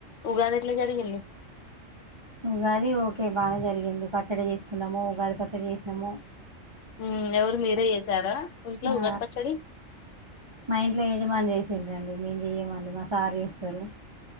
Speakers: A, on the left; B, on the right.
A: ఉగాది ఎట్లా జరిగింది
B: ఉగాది ఓకే బాగానే జరిగింది పచ్చడి చేసుకున్నాము ఉగాది పచ్చడి చేసినాము.
A: మ్మ్ ఎవరు మీరే చేసారా ఇంట్లో
B: ఆ
A: ఉగాది పచ్చడి
B: మా ఇంట్లో యజమాని చేసి డ్రండి మేము చెయ్యమండి మా సార్ చేస్తరు.